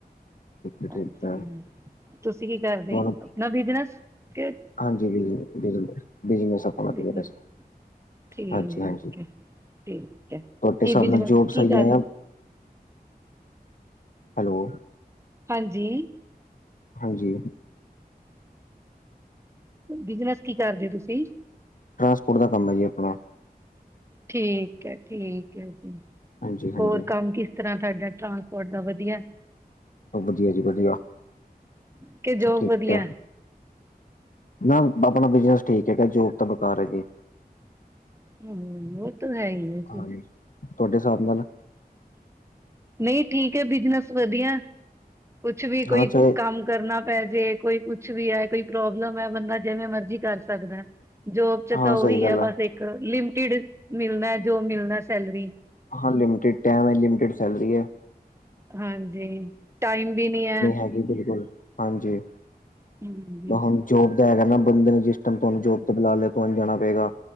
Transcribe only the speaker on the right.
ਹਾਂਜੀ,
ਤੁਸੀਂ ਕੀ ਕਰਦੋ?
ਆਪਣਾ ਬਿਜ਼ਨਸ ਕੇ
ਬਿਜਨਸ
ਠੀਕ
ਹੈ, ਠੀਕ ਹੈ ਕੀ
ਬਿਜਨਸ
ਕੀ
ਕਰ
ਹਾਂਜੀ।
ਬਿਜ਼ਨਸ ਕੀ ਕਰਦੇ ਹੋ ਤੁਸੀਂ?
ਠੀਕ ਹੈ -ਠੀਕ ਹੈ ਜੀ,
ਹੋਰ ਕੰਮ ਕਿਸ ਤਰ੍ਹਾਂ ਤੁਹਾਡਾ, ਟਰਾਂਸਪੋਰਟ ਦਾ ਵਧੀਆ
ਕਿ ਜੋਬ
ਵਧੀਆ
ਹਮ ਵੋਤੋ ਹੈ ਹੀ ਹੈ ਜੀ
ਨਹੀਂ ਠੀਕ ਹੈ ਬਿਜ਼ਨਸ ਵਧੀਆ, ਕੁਛ ਵੀ ਕੋਈ
ਕੰਮ ਕਰਨਾ ਪੈ ਜੇ, ਕੋਈ ਕੁਛ ਵੀ ਹੈ, ਕੋਈ ਪ੍ਰੋਬਲਮ ਹੈ ਬੰਦਾ ਜਿਵੇਂ ਮਰਜ਼ੀ ਕਰ ਸਕਦੈ ਜੋਬ ਚ
ਤਾਂ ਉਹੀ
ਹੈ ਬਸ ਇੱਕ, ਲਿਮਟਿਡ ਮਿਲਨਾ ਹੈ ਜੋ ਮਿਲਨਾ ਸੈਲਰੀ
ਹਾਂਜੀ, ਟਾਈਮ ਵੀ ਨੀ ਹੈ
ਹਾਂਜੀ